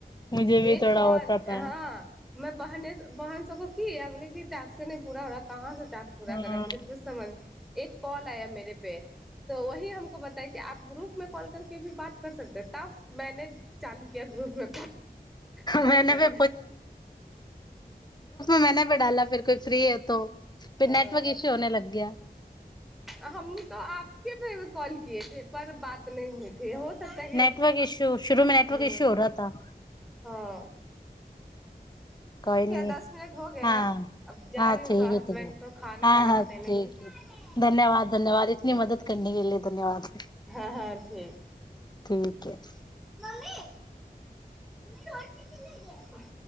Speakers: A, on the left; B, in the centre.
A: मुझे भी
B: एक
A: थोड़ा
B: कॉल
A: होता था
B: हँ मैं बहने बहन सबको की य बोल टाक्से नहि पूरा हो रह कहाँ से टस पूरा
A: हाँ
B: करे मुझे कुछ समझ एक कॉल आया मेेरे पे तो वही हमको बताया कि आ ग्रुप में कॉल करके भी बात कर सकते तब मैने चालू किया ग्रुपमे कॉल
A: मैंने
B: कर
A: भी मैने भी डाला अग कोइ फ्री हो तो, फिर
B: हाँ
A: नेटवर्क इश्यू होने लगती हैं
B: हम तो आपके पे कॉल किए थे पर बात न पर बात नहि हइे हो त त
A: नेटवर्क इश्यू शुरू में नेटवर्क
B: ह
A: इश्यू हो रहा था
B: ओ।
A: कोइ नी
B: दस मिनट हो गए
A: हँ।
B: हैं अब जा
A: हँ,
B: रही हूँ
A: ठीक
B: थोड़ा हसबैंड
A: हइ ठे
B: को खाना
A: हँ
B: वगैरह
A: हँ
B: देने
A: ठीक
B: के लिए
A: हइ धन्यवाद धन्यवाद। मेरी मदत करने के लिए धन्यवाद।
B: हँ हँ ठीक।
A: ठीक ठीक। <unintelligible>
B: मम्मी मम्मी रोड चलेंगे